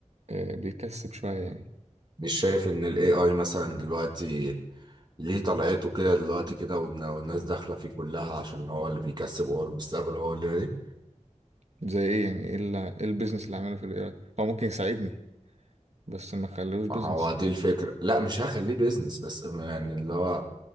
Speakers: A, on the right; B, on the right.
A: آه، بيكسب شوية يعني
B: مش شايف ان الاي اي مثلا دلوقتي ليه طلعته كده دلوقتي كده والن- والناس داخله فيه كلها عشان هو اللي بيكسب وهو المستقبل وهو اللي دي
A: زي ايه يعني ايه ال- إيه البيزنس اللي عامله في الاي اي هو ممكن يساعدني بس ما خلوش بيزنس
B: ما هو دي الفكره لا مش هخليه بيزنس بس يعني اللي هو